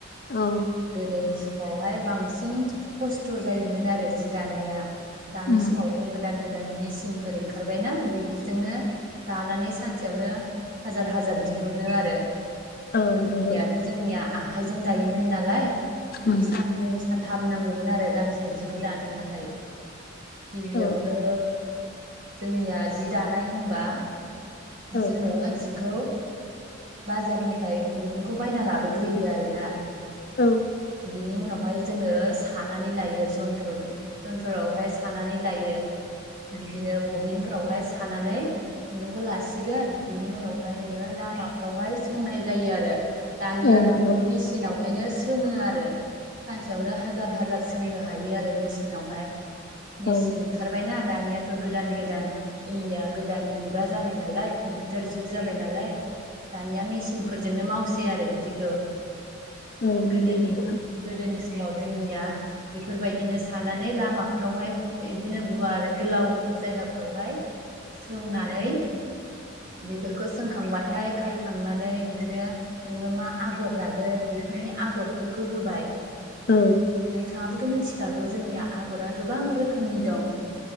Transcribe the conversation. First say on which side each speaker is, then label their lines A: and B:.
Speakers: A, on the left (about 50°); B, on the right (about 45°).
A: औ
B: गोदोनि समावहाय बांसिन खस्थ जायोमोन आरो जि दानाया। दानि
A: उम
B: समावथ गोदान गोदान मेचिनफोर ओंखारबायना बेफोरजोंनो दानानै सानसेयावनो हाजार हाजार दिहुनो आ रो
A: औ
B: गोदोनियाथ
A: नंगौ
B: जोंनिया आखाइजों दायोमोन नालाय
A: उम
B: साननै सानथाम नांगौमोन आरो गांसे जिखौ दानो थाखाय गिबियावनो
A: औ
B: जोंनिया जि दानाय होनबा
A: औ
B: जोङो जिखौ बाजारनिफ्राय खुन्दुंखौ बायना लाबोग्रोयो आरोना
A: औ
B: बिनि उनावहाय जोङो सानानै लायो जन्थ जन्थरावहाय सानानै लायो बिदिनो बबिनफ्रावहाय सानानै खुन्दुंखौ ला सिगोन बिनि उनावहाय नोङो लामाफ्रावहाय सोंनाय जायो आरो। दानियाथ'
A: औ नंगौ
B: मेसिनावहायनो सो सोङो आरो सानसेयावनो हाजार हाजार सोंनो हायो आरो मेसिनावहाय। मेसिन
A: औ
B: ओंखारबायना दानियाथ' गोदान गोदान जोंनिया गोदान मुगा जाबायना नालाय कम्पिउटार जुग जाबाय नालाय दानिया मेसिनफोरजोंनो मावसै आरो बिदिखौ।
A: औ नंगौ
B: गोदोनि
A: नोंथां
B: गोदोनि समाव जोंनिया बेफोरबायदिनो सानानै लामाफ्रावहाय इदिनो गुवार गोलाव जायगाफ्रावहाय सोंनानै बेफोरखौ सोंखांबाथाय खाय खांनानै बिदिनो नोङो मा आगर जागोन बेफोरनि आगरफोरखौ होबाय।
A: औ
B: नोंथाङाबोथ' मिथिखागौ जोंनिया आगरा गोबां रोखोमनि दं।